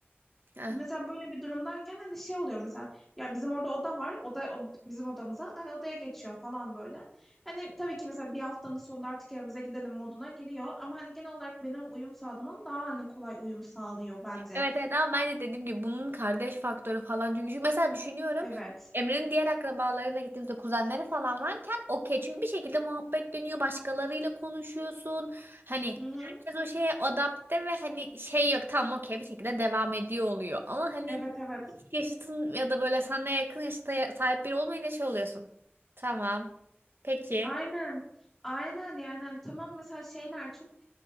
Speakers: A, on the right; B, in the centre.
A: Aynen.
B: Mesela böyle bir durumdayken hani şey oluyor mesela ya bizim orada oda var oda o- bizim odamıza hani odaya geçiyor falan böyle. Hani tabii ki mesela bir haftanın sonunda artık evimize gidelim moduna giriyor ama hani genel olarak benim uyum sağladığımdan daha hani kolay uyum sağlıyor bence.
A: Evet evet ama ben de dediğim gibi bunun kardeş faktörü falan çünkü, çünkü mesela düşünüyorum
B: Evet.
A: Emre'nin diğer akrabalarıyla gittiğimizde kuzenleri falan varken okey çünkü bir şekilde muhabbet dönüyor başkalarıyla konuşuyorsun hani
B: Hı hı.
A: herkes o şeye adapte ve hani şey yok tamam okey bir şekilde devam ediyor oluyor ama hani
B: Evet evet.
A: hiç yaşıtın ya da böyle sana yakın yaşta sahip biri olmayınca şey oluyorsun tamam peki
B: Aynen. Aynen yani hani tamam mesela şeyler çok